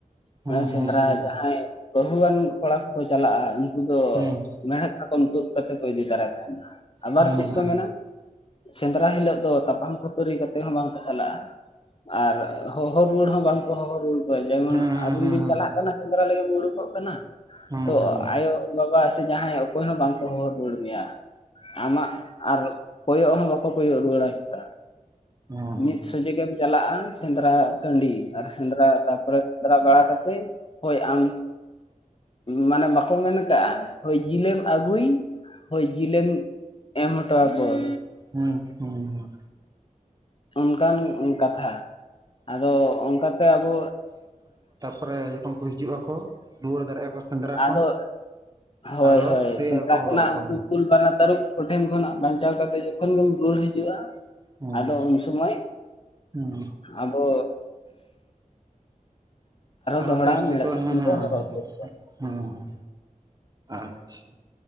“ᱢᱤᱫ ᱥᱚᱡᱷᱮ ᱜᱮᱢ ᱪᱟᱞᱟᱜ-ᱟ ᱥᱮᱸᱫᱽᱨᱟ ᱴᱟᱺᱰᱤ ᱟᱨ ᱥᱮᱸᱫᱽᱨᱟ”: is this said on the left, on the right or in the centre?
Left